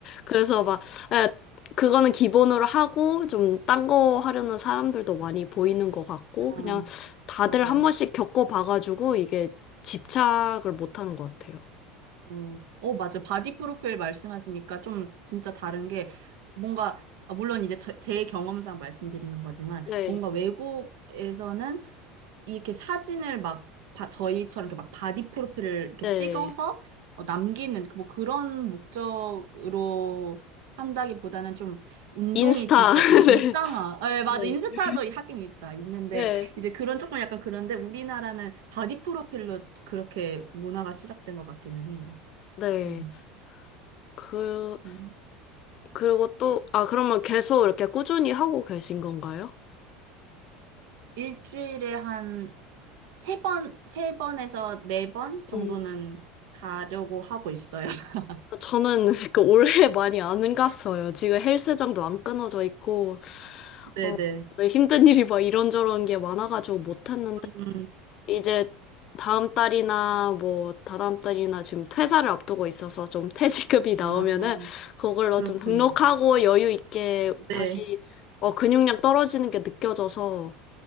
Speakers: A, on the left; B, on the right.
A: 그래서 막, 예, 그거는 기본으로 하고 좀 딴 거 하려는 사람들도 많이 보이는 것 같고
B: 아,
A: 그냥 다들
B: 맞아요.
A: 한 번씩 겪어봐가지고 이게 집착을 못 하는 것 같아요.
B: 어, 어, 맞아. 바디 프로필 말씀하시니까 좀 진짜 다른 게 뭔가, 아, 물론 이제 저- 제 경험상 말씀드리는 거지만
A: 네,
B: 뭔가 외국에서는 이렇게 사진을 막 바- 저희처럼 이렇게 막 바디 프로필을 이렇게
A: 네.
B: 찍어서 어, 남기는 뭐 그런 목적으로 한다기보다는 좀 운동이
A: 인스타.
B: 진짜
A: <laughs>
B: 되게 일상화. 아, 예, 맞아.
A: 네.
B: 인스타도
A: 네.
B: 하긴 있다. 있는데
A: 네.
B: 이제 그런 조금 약간 그런데 우리나라는 바디 프로필로 그렇게 문화가 시작된 것 같기는 해요.
A: 네.
B: 음.
A: 그,
B: 음.
A: 그리고 또, 아, 그러면 계속 이렇게 꾸준히 하고 계신 건가요?
B: 일주일에 한 세 번, 세 번에서 네 번 정도는
A: 음.
B: 가려고 하고 있어요. <laughs>
A: 저는 <laughs> 그 올해 많이 안 갔어요. 지금 헬스장도 안 끊어져 있고,
B: 네네.
A: 어, 네, 힘든 일이 막 이런저런 게 많아가지고 못 했는데,
B: 음,
A: 이제 다음 달이나 뭐 다다음 달이나 지금 퇴사를 앞두고 있어서 좀 <laughs> 퇴직급이 나오면은
B: 아,
A: 그걸로
B: 그렇구나.
A: 좀 등록하고 여유 있게
B: 네.
A: 다시 어, 근육량 떨어지는 게 느껴져서